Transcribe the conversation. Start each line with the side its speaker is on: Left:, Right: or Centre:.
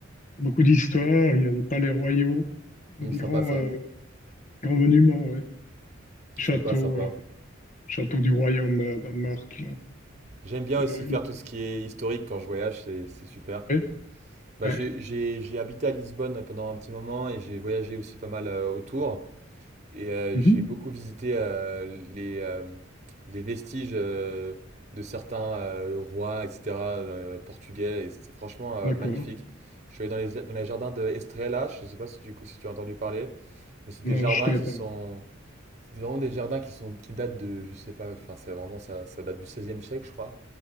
Left: beaucoup d'histoires. Il y a des palais royaux, il
Right: Hmm,
Left: y a des
Right: sympa
Left: grands,
Right: ça.
Left: euh, grands monuments, ouais. Châteaux,
Right: Sympa, sympa.
Left: euh, châteaux du royaume euh, Danemark. là.
Right: J'aime bien
Left: Le-
Right: aussi faire tout ce qui est historique quand je voyage, c'est c'est super.
Left: Oui,
Right: Bah,
Left: ouais.
Right: j'ai j'ai- j'ai habité à Lisbonne pendant un petit moment et j'ai voyagé aussi pas mal euh, autour. Et euh,
Left: Mhm.
Right: j'ai beaucoup visité euh, les, euh, les vestiges euh, de certains euh, rois, etc., euh, portugais. Et c'était franchement euh,
Left: D'accord.
Right: magnifique. Je suis allé dans les, dans les jardins de Estrela, je ne sais pas si tu, si tu as entendu parler, mais c'est
Left: Non,
Right: des jardins
Left: je connais
Right: qui
Left: pas.
Right: sont. C'est vraiment des jardins qui, sont, qui datent de, je sais pas, enfin c'est vraiment ça, ça date du 16 siècle je crois.